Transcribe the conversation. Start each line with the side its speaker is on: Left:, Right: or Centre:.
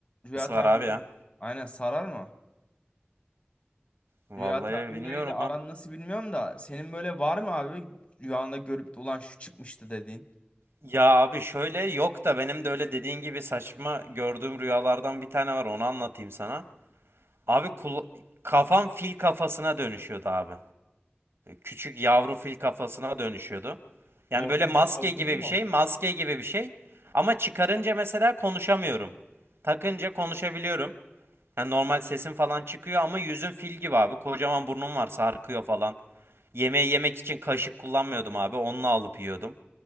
Left: Rüya tabirleri
Right: var abi ya?
Left: aynen sarar mı?
Right: Vallahi
Left: Rüya tabirleriyle
Right: bilmiyorum
Left: aran
Right: abi.
Left: nasıl bilmiyorum da senin böyle var mı abi rüyanda görüp de ulan şu çıkmıştı dediğin?
Right: Ya abi şöyle yok da benim de öyle dediğin gibi saçma gördüğüm rüyalardan bir tane var onu anlatayım sana. Abi kula- kafam fil kafasına dönüşüyordu abi. küçük yavru fil kafasına dönüşüyordu. Yani
Left: Hortumlu,
Right: böyle maske
Left: hortumlu
Right: gibi bir şey,
Left: mu?
Right: maske gibi bir şey. Ama çıkarınca mesela konuşamıyorum. Takınca konuşabiliyorum. Yani normal sesim falan çıkıyor ama yüzüm fil gibi abi. Kocaman burnum var, sarkıyor falan. Yemeği yemek için kaşık kullanmıyordum abi. Onunla alıp yiyordum.